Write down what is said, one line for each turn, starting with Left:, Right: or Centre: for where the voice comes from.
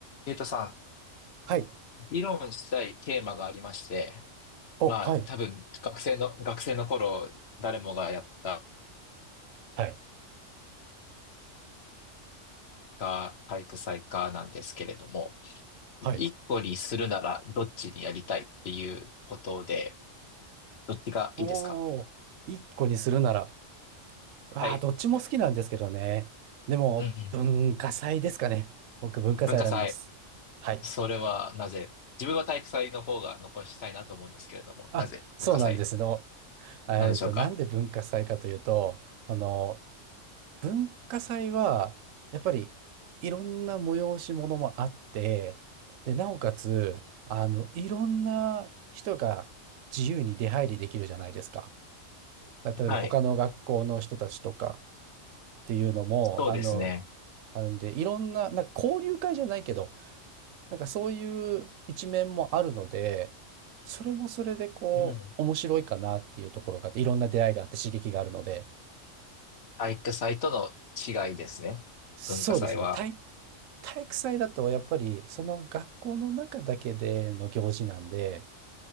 Left: ゆうとさ
Right: はい。
Left: ん、議論したいテーマがありまして、
Right: お、
Left: まあ多分学生の、
Right: はい。
Left: 学生の頃誰もがやった
Right: はい。
Left: か体育祭かなんですけれども、
Right: はい。
Left: 一個にするならどっちにやりたいっていうことで、どっちがいいですか
Right: おお、一個にするなら、ああ、
Left: はい。
Right: どっちも好きなんですけどね。でも、
Left: うんうん。
Right: 文化祭ですかね。僕、文化祭選びます。
Left: 文化祭、
Right: はい。
Left: それはなぜ自分は体育祭の方が残したいなと思うんですけれども、
Right: あ、
Left: なぜ文化祭
Right: そうなんですの。えっと、
Left: なんでしょうか
Right: なんで文化祭かというと、あの、文化祭は、やっぱり、いろんな催し物もあって、で、なおかつ、あの、いろんな人が自由に出入りできるじゃないですか。例えば他の学校の人たちとか
Left: はい。
Right: っていうのも、
Left: そうですね。
Right: あの、あるんで、いろんな、なんか交流会じゃないけど、なんかそういう一面もあるので、それもそれでこう、
Left: うん。
Right: 面白いかなっていうところがあって、いろんな出会いがあって刺激があるので、
Left: 体育祭との違いですね。
Right: そうですね。
Left: 文化祭は。
Right: 体、体育祭だとやっぱりその学校の中だけでの行事なんで、